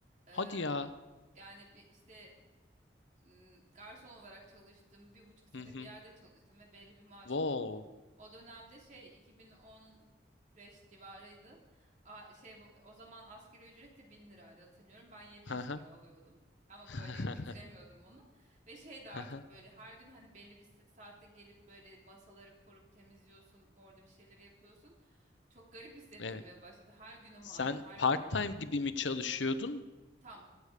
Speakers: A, on the right; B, on the left.
A: E,
B: Hadi ya.
A: yani bir işte m, garson olarak çalıştım. Bir buçuk sene
B: Hı hı.
A: bir yerde çalıştım ve belli bir maaş
B: Wow.
A: alıyordum. O dönemde şey 2015 civarıydı. A- şey o zaman asgari ücret de bin liraydı hatırlıyorum. Ben 700
B: Hı hı.
A: lira alıyordum. Ama
B: <laughs>
A: böyle bitiremiyordum onu. Ve şey de
B: Hı
A: artık
B: hı.
A: böyle her gün hani belli bir sa- saatte gelip böyle masaları kurup temizliyorsun. Orada bir şeyleri yapıyorsun. Çok garip hissettirmeye
B: Evet.
A: başladı. Her günüm
B: Sen
A: aynı, her
B: part-time
A: günüm aynı.
B: gibi mi çalışıyordun?
A: Tam,